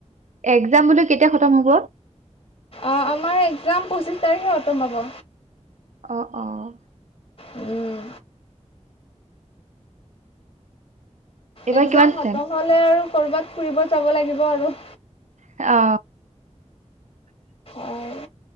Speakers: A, on the right (about 85°); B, on the left (about 50°).
A: এক্সজাম বোলো কেতিয়া শেষ হ'ব।
B: অ আমাৰ এক্সজাম, পঁচিশ তাৰিখে খতম হব।
A: অ, অ।
B: উম।
A: এইবাৰ
B: এক্সজাম
A: কিমান
B: খতম
A: চেম
B: হলে আৰু। কৰ'বাত ফুৰিব যাব লাগিব আৰু।
A: অ।
B: অ'।